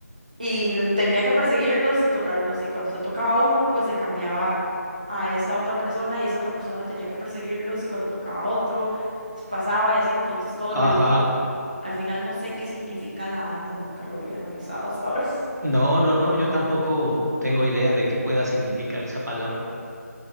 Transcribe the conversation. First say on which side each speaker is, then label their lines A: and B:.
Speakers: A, on the right; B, on the right.
A: Y l- tenía que perseguirlos y tocarlos y cuando se tocaba a uno, pues se cambiaba a esa otra persona y esa otra persona tenía que perseguirlos y cuando tocaba a otro, se pasaba y así, entonces todos le
B: ajá.
A: huían. Al final no sé qué significa la anda, nunca lo había analizado hasta ahora.
B: No, no, no, yo tampoco tengo idea de qué pueda significar esa palabra.